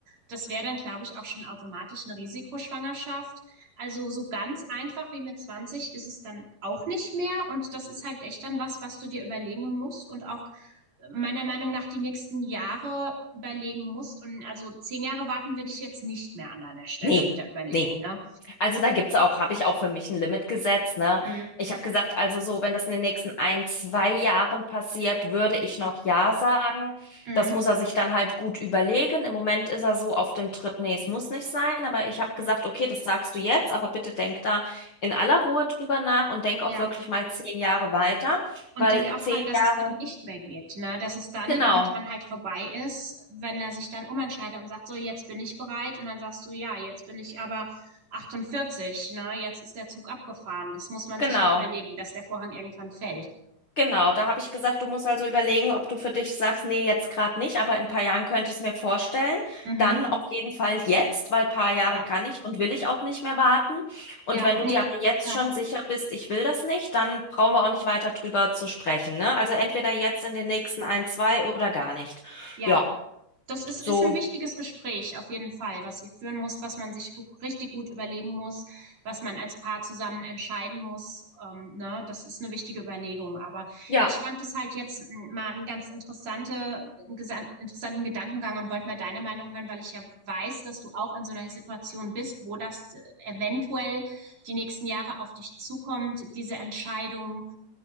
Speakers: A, on the right; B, on the left.
A: das wäre dann, glaube ich, auch schon automatisch eine Risikoschwangerschaft. Also so ganz einfach wie mit 20 ist es dann auch nicht mehr und das ist halt echt dann was, was du dir überlegen musst und auch meiner Meinung nach die nächsten Jahre überlegen musst. Und also zehn Jahre warten würde ich jetzt nicht mehr an deiner Stelle
B: Nee.
A: mit der Überlebung,
B: Nee,
A: ne?
B: also da gibt's auch, habe ich auch für mich ein Limit gesetzt, ne?
A: Mhm.
B: Ich habe gesagt, also so, wenn das in den nächsten ein, zwei Jahren passiert, würde ich noch ja sagen.
A: Mhm.
B: Das muss er sich dann halt gut überlegen. Im Moment ist er so auf dem Trip, nee, es muss nicht sein, aber ich habe
A: Mhm.
B: gesagt, okay, das sagst du jetzt, aber bitte denk da in aller Ruhe drüber nach und denk auch
A: Ja.
B: wirklich mal zehn Jahre weiter,
A: Und
B: weil
A: denk auch
B: zehn
A: dran, dass
B: Jahre,
A: es dann nicht mehr geht, ne? Dass es dann
B: genau,
A: irgendwann halt vorbei ist, wenn er sich dann umentscheidet und sagt, so, jetzt bin ich bereit. Und dann sagst du, ja, jetzt bin ich aber 48, ne? Jetzt ist der Zug abgefahren. Das muss man
B: genau.
A: sich halt überlegen, dass der Vorhang irgendwann fällt.
B: Genau, da habe ich gesagt, du musst also überlegen, ob du für dich sagst, nee, jetzt gerade nicht, aber in ein paar Jahren könnte ich es mir vorstellen.
A: Mhm.
B: Dann auf jeden Fall jetzt, weil ein paar Jahre
A: Ja,
B: kann ich und will ich auch nicht mehr warten. Und
A: ja,
B: wenn du
A: nee,
B: dir aber jetzt
A: ist klar.
B: schon sicher bist, ich will das nicht, dann brauchen wir auch nicht weiter drüber zu sprechen, ne? Also entweder jetzt in den nächsten ein, zwei oder gar nicht.
A: Ja.
B: Ja,
A: Das ist,
B: so,
A: ist ein wichtiges Gespräch auf jeden Fall, was ihr führen müsst, was man sich ru- richtig gut überlegen muss, was man als Paar zusammen entscheiden muss. Ähm, ne? Das ist eine wichtige Überlegung. Aber
B: ja,
A: ich fand das halt jetzt m, mal einen ganz interessante, einen gesan- interessanten Gedankengang und wollte mal deine Meinung hören, weil ich ja weiß, dass du auch in so einer Situation bist, wo das äh, eventuell die nächsten Jahre auf dich zukommt, diese Entscheidung